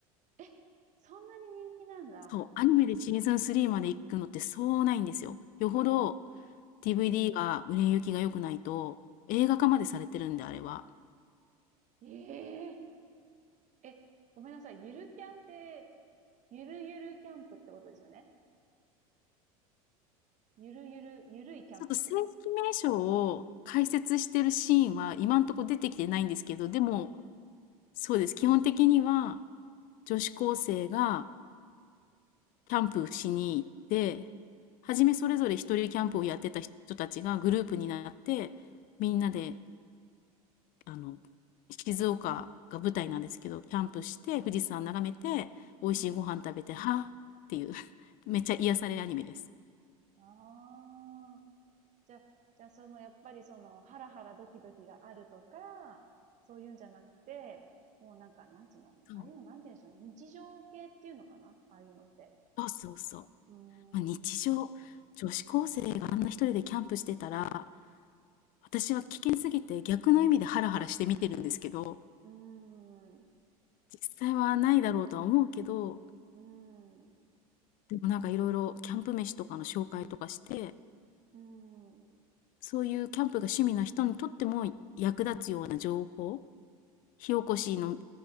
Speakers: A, on the right (about 40°); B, on the left (about 50°).
A: え、そんなに人気なんだ。
B: そう、アニメでシーズン3まで行くのってそうないんですよ。よほど DVD が売れ行きが良くないと、映画化までされてるんで、あれは。
A: えええ、ごめんなさい。ゆるキャンって、ゆるゆるキャンプってことですよね。ゆるゆる、ゆるいキャンプってこと。
B: ちょっと正式名称を解説してるシーンは今んとこ出てきてないんですけど、でも、そうです。基本的には、女子高生がキャンプしに行って、はじめそれぞれ一人キャンプをやってた人たちがグループになって、みんなで、あの、静岡が舞台なんですけど、キャンプして、富士山眺めて、美味しいご飯食べて、
A: うん、
B: はぁっていう <laughs> めっちゃ癒されアニメです。
A: ああ、じゃ、じゃあその、やっぱりその、ハラハラドキドキがあるとか、そういうんじゃなくて、もうなんか、なんつうのああいうの、
B: そ
A: なんて言うんでしょうね。日常系っていうのかなああいうのって。
B: う、そうそうそう
A: うーん、
B: まあ、日常、
A: う
B: 女子高生があんな一人でキャンプしてたら、私は危険すぎて逆の意味でハラハラして見てるんですけど、
A: ーん、う
B: 実際はないだろうとは思うけど、
A: ーん、う
B: でもなんかいろいろキャンプ飯とかの紹介とかして、
A: ーん、う
B: そういうキャンプが趣味な人にとっても役立つような情報、火起こしの、